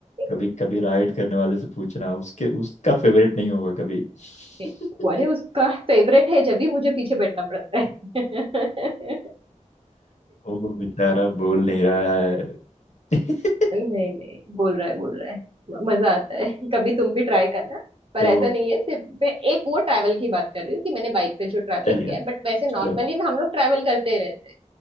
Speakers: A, on the left; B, on the right.
A: कभी
B: <laughs>
A: कभी राइड करने वाले से पूछना उसके उसका फेवरेट नहीं होगा कभी <laughs>
B: नहीं, वो अरे उसका फेवरेट है जब भी मुझे पीछे बैठना पड़ता है <laughs>
A: वो बेचारा बोल नहीं रहा है <laughs>
B: नहीं नहीं बोल रहा है बोल रहा है म- मजा आता है <laughs> कभी तुम भी ट्राई करना पर
A: तो
B: ऐसा नहीं है सिर्फ मैं एक वो ट्रैवल की बात कर रही हूँ कि मैंने बाइक पे जो ट्रैवल
A: चलेगा
B: किया है बट वैसे नॉर्मली
A: चलो
B: हम लोग ट्रैवल करते रहते हैं